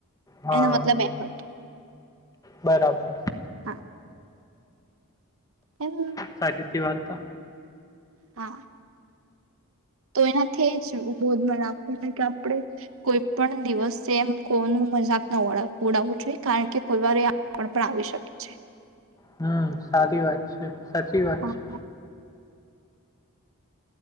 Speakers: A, on the left (about 15°); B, on the right (about 60°).
A: હા
B: એનો મતલબ એ હતો.
A: બરાબર.
B: હા એમ
A: સારી હતી વાર્તા.
B: હા. તો એનાથી જ બોધ મ આપતો કે આપણે કોઈ પણ દિવસે એમ કોનું મજાક ના ઉડાવવું જોઈએ કારણ કે કોઈ વાર એ પણ આવી શકે છે.
A: હમ સારી વાત છે. સાચી વાત
B: હા
A: છે.